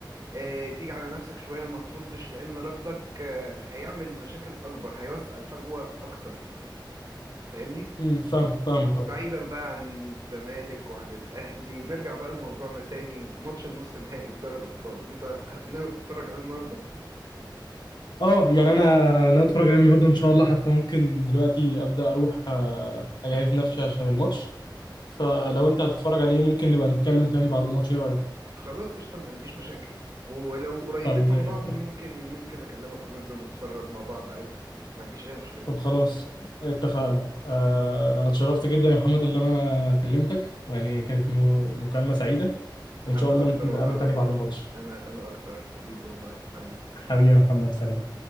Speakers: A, on the right; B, on the left.
A: آه، تيجي على نفسك شوية ما تردش لأن ردك آه، هيعمل مشاكل أكبر هيوسع الفجوة أكتر فاهمني؟
B: امم فاهم فاهمك
A: بعيدا
B: اه
A: بقى عن الزمالك وعن الاهلي نرجع بقى لموضوعنا تاني ماتش النص النهائي في دوري الابطال انت ناوي تتفرج عليه النهارده
B: اه يعني انا انا اتفرج عليه النهارده ان شاء الله حتى ممكن دلوقتي ابدا اروح آه، اجهز نفسي عشان الماتش فلو انت هتتفرج عليه ممكن نبقى نتكلم تاني بعد الماتش ايه رأيك
A: خلاص قشطه ما عنديش مشاكل ولو قريبين
B: طيب زي
A: من بعض
B: الفل
A: ممكن ممكن اكلمك وننزل نتفرج مع بعض عادي ما عنديش اي مشكله
B: طب خلاص اتفقنا آه انا اتشرفت جدا يا محمد اللي انا كلمتك ويعني كانت م- مكالمة سعيدة وان
A: انا
B: شاء الله
A: اكتر
B: ممكن نتقابل
A: والله العظيم
B: تاني بعد الماتش
A: انا انا اكتر حبيبي والله حبيبي
B: حبيبي يا محمد سلام